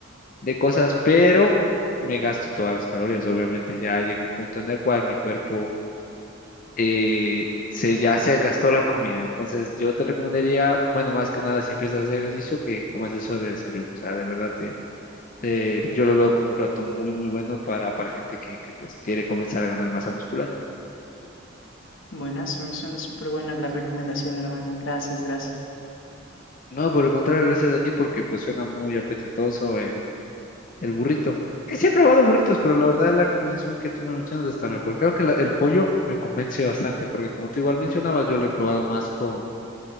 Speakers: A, on the left; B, on the left.
A: de cosas, pero me gasto todas las calorías, obviamente ya llega un punto en el cual mi cuerpo eh, se, ya se gastó la comida. Entonces yo te recomendaría, bueno, más que nada si empiezas a hacer ejercicio, que comas eso de desayuno. O sea, de verdad te, te- yo lo veo como un plato muy, muy bueno para, para gente que, que pues quiere comenzar a ganar masa muscular.
B: Buenazo, me suena súper buena la recomendación, hermano. Gracias, gracias.
A: No, por el contrario, gracias a ti porque pues suena muy apetitoso el, el burrito. Que sí he probado burritos, pero la verdad la combinación que tú me mencionas está mejor. Creo que la- el pollo me convence bastante, porque como tú igual mencionabas, yo lo he probado más con